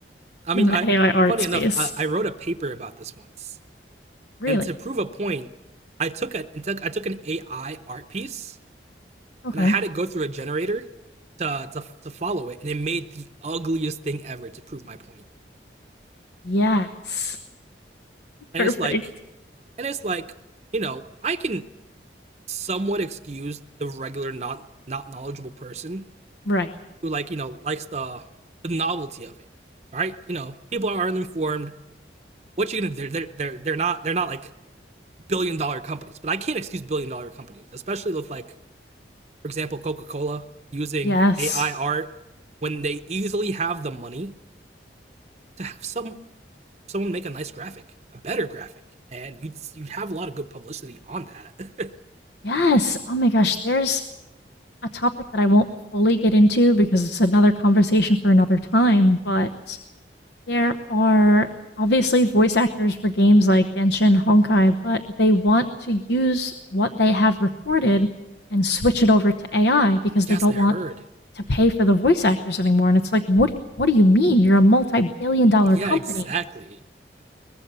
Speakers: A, on the right; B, on the left.
A: I
B: in
A: mean,
B: the
A: I
B: AI art
A: funny
B: space.
A: enough, I, I wrote a paper about this once
B: Really?
A: and to prove a point, I took a I took an AI art piece
B: Okay.
A: and I had it go through a generator to to to follow it, and it made the ugliest thing ever to prove my point.
B: Yes.
A: And
B: <laughs> Perfect.
A: it's like and it's like you know I can somewhat excuse the regular not not knowledgeable person
B: Right.
A: who like you know likes the the novelty of it, right? You know people are uninformed. What you gonna do? They're they're they're not they're not like billion dollar companies, but I can't excuse billion dollar companies, especially with like for example, Coca Cola using
B: Yes.
A: AI art when they easily have the money to have some someone make a nice graphic, a better graphic, and you you have a lot of good publicity on that.
B: Yes. Oh my gosh, there's a topic that I won't fully get into because it's another conversation for another time, but there are obviously voice actors for games like Genshin, Honkai, but they want to use what they have recorded and switch it over to AI
A: <laughs>
B: because they
A: yes,
B: don't
A: I heard.
B: want to pay for the voice actors anymore. And it's like, what do you, what do you mean? You're a multi-billion dollar
A: Yeah,
B: company.
A: exactly.